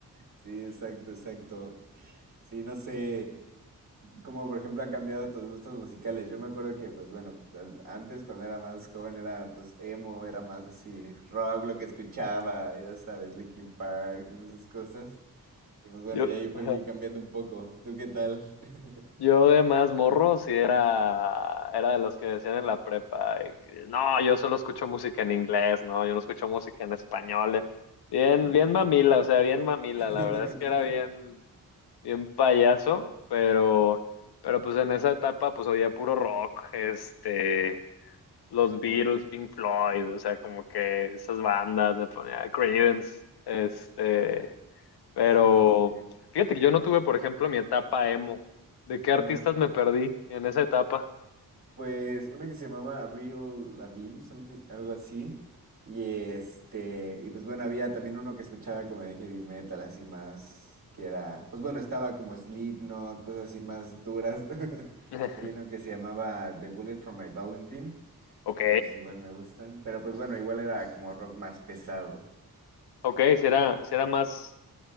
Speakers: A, on the right; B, on the left.
A: Sí, exacto, exacto. Sí, no sé. Como por ejemplo han cambiado tus gustos musicales. Yo me acuerdo que, pues bueno, al- antes cuando era más joven era pues emo, era más así rock lo que escuchaba, ya sabes, Linkin Park, esas cosas. Y pues bueno,
B: Yo,
A: ya ahí fui
B: ajá.
A: cambiando un poco. ¿Tú qué tal? <laughs>
B: Yo de más morro sí era, era de los que decían en la prepa, eh, que, no, yo solo escucho música en inglés, no, yo no escucho música en español. eh". Bien,
A: Ok.
B: bien mamila, o sea, bien mamila,
A: <laughs>
B: la verdad es que era bien, bien payaso, pero, pero pues en esa etapa pues oía puro rock, este, los Beatles,
A: Oye.
B: Pink Floyd, o sea, como que esas bandas, me ponía Creedence, este, pero
A: Sí, sí,
B: fíjate que yo no tuve, por ejemplo, mi etapa emo. ¿De qué artistas
A: sí.
B: me perdí en esa etapa?
A: Pues una que se llamaba Avril Lavigne, something- algo así. Y este, y pues bueno, había también uno que escuchaba como de heavy metal, así más que era, pues bueno, estaba como Slipknot, cosas así más duras. <laughs>
B: <laughs>
A: Y hay uno que se llamaba The Bullet for My Valentine.
B: Ok,
A: Esos igual me gustan, pero pues bueno, igual era como rock más pesado.
B: ok, si era, si era más,